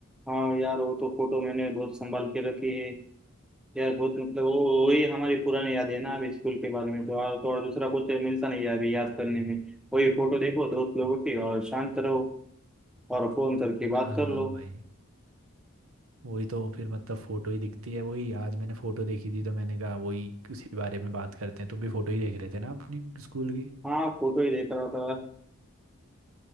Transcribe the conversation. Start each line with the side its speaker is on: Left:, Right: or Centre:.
Centre: हाँ यार वो तो फोटो मैंने बहुत संभाल के रखी है यार बहुत मतलब वो वही हमारी पुरानी याद है ना अभी स्कूल के बारे में तो और तो और दूसरा कुछ मिलता नहीं है अभी याद करने में वही फोटो देखो दोस्त लोगों की और शांत रहो और फोन करके बात
Right: हाँ
Centre: कर लो
Right: भाई वही तो फिर मतलब फोटो ही दिखती है वही आज मैंने फोटो देखी थी तो मैंने कहा वही उसी बारे में बात करते हैं तुम भी फोटो ही देख रहे थे ना अपनी स्कूल की
Centre: हाँ फोटो ही देख रहा था